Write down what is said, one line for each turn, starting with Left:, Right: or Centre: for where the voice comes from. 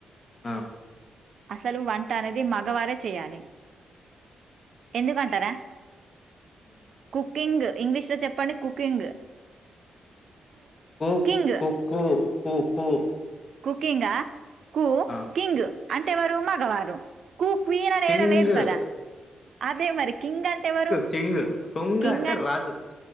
Left: ఆ
Right: అసలు వంట అనేది మగవారే చేయాలి ఎందుకంటారా
Left: ఉమ్
Right: కుకింగ్ ఇంగ్లీష్ లో చెప్పండి కుకింగ్
Left: కు
Right: కింగ్
Left: కుకు కుకు
Right: కుకిింగా కు
Left: ఆ
Right: కింగ్ అంటెవరు మగవారు కూక్వీన్ అనేడ
Left: కింగ్
Right: లేదు కదా అదే మరి కింగ్ అంటే ఎవరు
Left: కింగ్ కుంగ్
Right: కింగ్
Left: అంటే
Right: అన్
Left: రాజు